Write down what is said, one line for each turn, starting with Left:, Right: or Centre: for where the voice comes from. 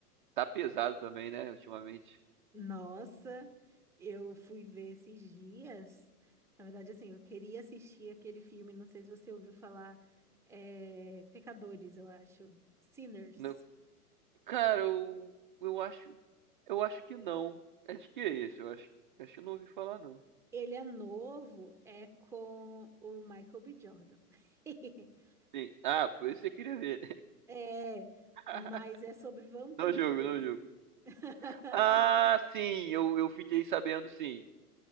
Right: tá pesado também, né, ultimamente.
Centre: Nossa, eu fui ver esses dias. Na verdade, assim, eu queria assistir aquele filme, não sei se você ouviu falar, é, Pecadores, eu acho. Sinners.
Right: Não, cara, eu, eu acho, eu acho que não. É de que é isso? Eu acho, acho que eu não ouvi falar, não.
Centre: Ele é novo, é com o Michael B. Jordan. <laughs>
Right: Sim. Ah, por isso você queria ver.
Centre: É,
Right: <laughs>
Centre: mas é sobre vampiros.
Right: Não jogo, não jogo.
Centre: <laughs>
Right: Ah, sim, eu, eu fiquei sabendo, sim.